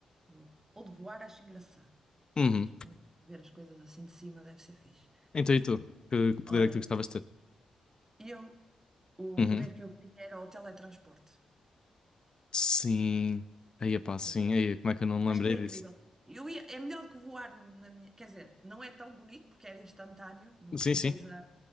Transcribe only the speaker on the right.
Boa. Ou de voar, acho engraçado.
Acho bonito. ver as coisas assim de cima deve ser fixe.
Olha,
eu, o
poder que eu queria era o teletransporte.
Eu acho.
Acho
que era
incrível. Eu ia, é melhor do que voar no- na minha. Quer dizer, não é tão bonito porque era instantâneo, não,
não
tens a,